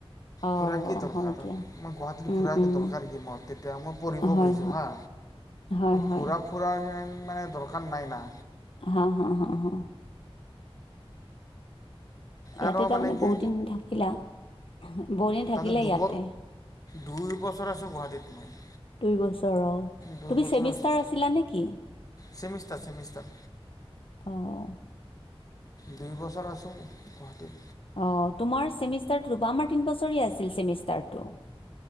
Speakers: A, on the left (about 65°); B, on the left (about 35°).
A: অ',
B: ঘূৰা কি দৰকাৰ
A: হয় দিয়া।
B: মই গুৱাহাটীত
A: উম,
B: ঘূৰাৰাক
A: উম,
B: দৰকাৰ কি মই তেতিয়া মই পৰিব
A: হয়,
B: গৈছোঁ
A: হয়,
B: হা
A: হয়, হয়
B: ফুৰা ফুৰা মানে, দৰকাৰ নাই না
A: হা, হা, হা, হা,
B: আৰু
A: ইয়াতে তাৰমানে
B: মানে কি
A: বহুত দিন থাকিলা, বহু দিন
B: তাতে
A: থাকিলে
B: দুব
A: ইয়াতে।
B: দুই বছৰ আছোঁ গুৱাহাটীত মই।
A: দুই বছৰ অ,
B: দুই
A: তুমি
B: বছৰ
A: ছেমিষ্টাৰ
B: আছোঁ
A: আছিলা নেকি?
B: ছেমিষ্টাৰ ছেমিষ্টাৰ
A: অহ।
B: দুই বছৰ আছোঁ গুৱাহাটীত।
A: অ', তোমাৰ চেমিষ্টাৰ ৰুবা আমাৰ তিন বছৰীয়া আছিল চেমিষ্টাৰটো।